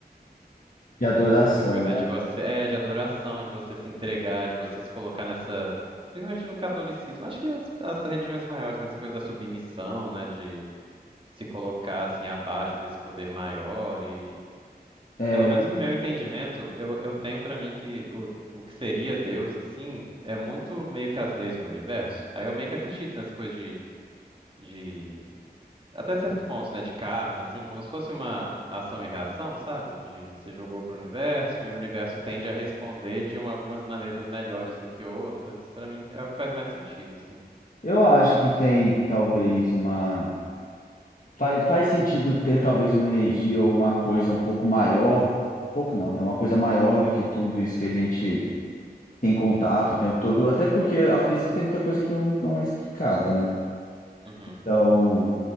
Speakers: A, on the left; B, on the right.
A: De adoração,
B: Essa coisa
A: né?
B: de você, é, de adoração, de você se entregar, de você se colocar nessa, principalmente no catolicismo, acho que as, as religiões maiores, né, essa coisa da submissão, né, de se colocar assim abaixo desse poder maior e,
A: É,
B: pelo menos no meu entendimento, eu, eu tenho pra mim que o, o que seria Deus assim é muito meio que as leis do universo. Aí eu meio que acredito nessa coisa de de até certo ponto, né, de karma, assim, como se fosse uma ação e reação, sabe? De você jogou pro universo e o universo tende a responder de uma- algumas maneiras melhores do que outras. Pra mim é o que faz mais sentido, assim.
A: eu acho que tem talvez uma. Faz, faz sentido ter talvez uma energia ou uma coisa um pouco maior. Um pouco não, né? Uma coisa maior do que tudo isso que a gente tem contato o tempo todo. Até porque a física tem muita coisa que não, não é explicada, né?
B: Uhum,
A: Então,